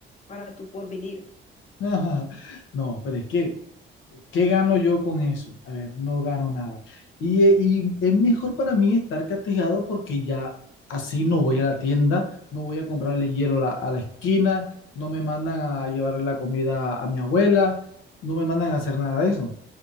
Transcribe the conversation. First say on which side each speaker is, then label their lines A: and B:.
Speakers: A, on the left; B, on the left.
A: para tu porvenir.
B: <laughs> Ajá. No, pero es que, ¿qué gano yo con eso? A ver, no gano nada. Y, eh, y es mejor para mí estar castigado porque ya así no voy a la tienda, no voy a comprarle hielo a la, a la esquina, no me mandan a llevarle la comida a mi abuela, no me mandan a hacer nada de eso,